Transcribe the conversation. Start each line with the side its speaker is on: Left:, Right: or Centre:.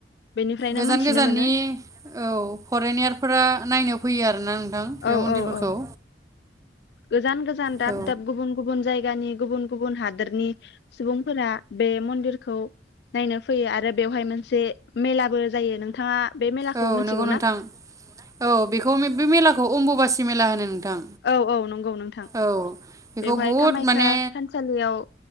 Left: बेनिफ्रायनो
Right: गोजान
Left: मोनथिनो
Right: गोजाननि
Left: मोनो
Right: औ फरेनेयार फोरा नायनो फैयो आरोना। थां बे
Left: औ
Right: मन्दिरफोरखौ।
Left: औ औ गोजान गोजान दाब
Right: औ
Left: दाब गुबुन गुबुन जायगानि गुबुन गुबुन हादरनि सुबुंफोरा बे मन्दिरखौ नायनो फैयो आरो बेवहाय मोनसे मेलाबो जायो नोंथाङा बे मेलाखौ
Right: औ
Left: मिथिगौ
Right: नंगौ नोंथां
Left: ना?
Right: औ बेखौ बे मेलाखौ अम्बुबासि मेला होनो नोंथां।
Left: औ औ नंगौ नोंथां
Right: औ बेखौ
Left: बेवहाय
Right: बहुद
Left: कामाख्या
Right: माने
Left: थानसालियाव